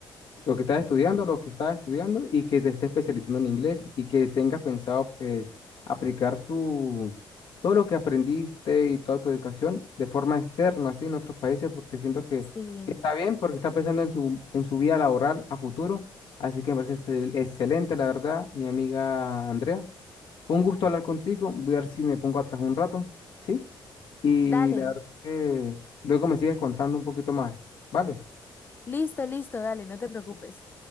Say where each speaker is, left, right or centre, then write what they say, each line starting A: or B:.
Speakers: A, on the left (about 65°); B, on the left (about 25°).
A: lo que estás estudiando, lo que estás estudiando y que te estés especializando en inglés y que tengas pensado, pues, aplicar su, todo lo que aprendiste y toda tu educación de forma externa, así en otros países, porque siento que
B: Sí,
A: está bien, porque está pensando en su, en su vida laboral a futuro. Así que me parece excel- excelente, la verdad, mi amiga Andrea. Fue un gusto hablar contigo. Voy a ver si me pongo atrás un rato, ¿sí? Y
B: dale,
A: la verdad que luego me sigues contando un poquito más, ¿vale?
B: listo, listo, dale, no te preocupes.